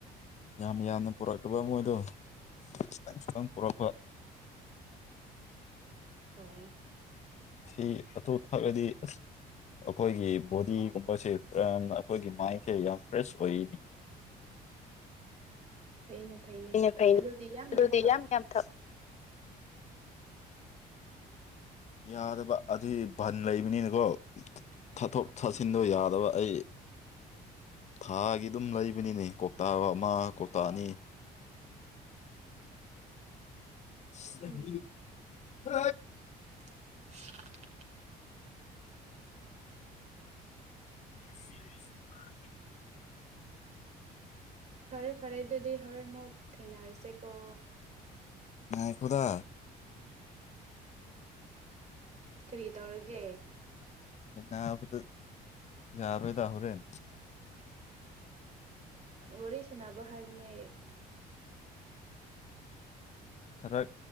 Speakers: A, on the left; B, on the right.
A: ꯌꯥꯝ ꯌꯥꯝꯅ ꯄꯨꯔꯛꯇꯕ ꯃꯣꯏꯗꯣ ꯈꯤꯇꯪ ꯈꯤꯇꯪ ꯄꯣꯔꯛꯄ
B: ꯑꯣ
A: ꯁꯤ ꯑꯇꯣ ꯊꯥꯠꯂꯗꯤ ꯑꯁ ꯑꯩꯈꯣꯏꯒꯤ ꯕꯣꯗꯤꯒꯨꯝꯕꯁꯦꯅ ꯑꯩꯈꯣꯏꯒꯤ ꯃꯥꯏꯟꯁꯦ ꯌꯥꯝ ꯐ꯭ꯔꯦꯁ ꯑꯣꯏꯅꯤ
B: ꯐꯩꯅꯦ ꯐꯩꯅꯦ
A: ꯅꯦ ꯐꯩꯅꯦ
B: ꯑꯗꯨꯗꯤ ꯌꯥꯝ
A: ꯑꯗꯨꯗꯤ
B: ꯊꯛꯑꯣ
A: ꯌꯥꯝ ꯌꯥꯝ ꯊꯛꯑꯣ ꯌꯥꯗꯕ ꯑꯗꯨ ꯕꯟ ꯂꯩꯕꯅꯤꯅꯀꯣ ꯊꯥꯊꯣꯛ ꯊꯥꯁꯤꯟꯗ ꯌꯥꯗꯕ ꯑꯩ ꯊꯥꯒꯤ ꯑꯗꯨꯝ ꯂꯩꯕꯅꯤꯅꯦ ꯀꯧꯇꯥꯒ ꯑꯃ ꯀꯧꯇꯥ ꯑꯅꯤ ꯁ
B: ꯎꯝ
A: <unintelligible>
B: <inaudible>
A: <inaudible>
B: ꯐꯔꯦ ꯐꯔꯦ ꯑꯗꯨꯗꯤ ꯍꯣꯔꯦꯟ ꯃꯨꯠ ꯊꯦꯡꯅꯔꯁꯦꯀꯣ
A: ꯉꯥꯏꯈꯣꯗꯥ
B: ꯀꯔꯤ ꯇꯧꯔꯒꯦ
A: ꯍꯕꯗꯨ ꯌꯥꯔꯣꯏꯗ ꯍꯣꯔꯦꯟ
B: ꯋꯥꯔꯤ ꯁꯅꯕ ꯍꯥꯏꯕꯅꯦ
A: ꯈꯔ